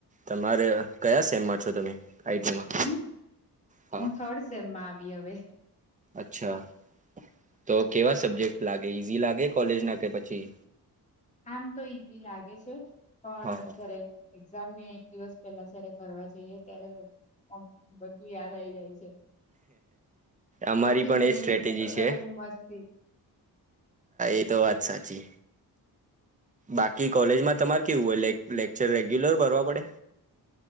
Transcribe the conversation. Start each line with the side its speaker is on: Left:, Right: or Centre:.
Right: તમારે કયા સેમમાં છો તમે આઈટીમાં
Left: હું
Right: હા
Left: હું થડ સેમમાં આવી હવે
Right: અચ્છા તો કેવા સબ્જેક્ટ લાગે ઈઝી લાગે કોલેજ ના કે પછી
Left: આમ તો ઈઝી લાગે છે પણ
Right: હા હા
Left: જ્યારે એક્ઝામને એક દિવસ પેલા જ્યારે કરવા જઈએ ત્યારે બધું યાદ આઈ જાય છે.
Right: અમારી
Left: આખી
Right: પણ
Left: જેમની
Right: એજ સ્ટ્રેટેજી છે.
Left: કરેલી મસ્તી
Right: એ તો વાત સાચી. બાકી કોલેજમાં તમારે કેવું હોય લેક્ચર રેગ્યુલર ભરવા પડે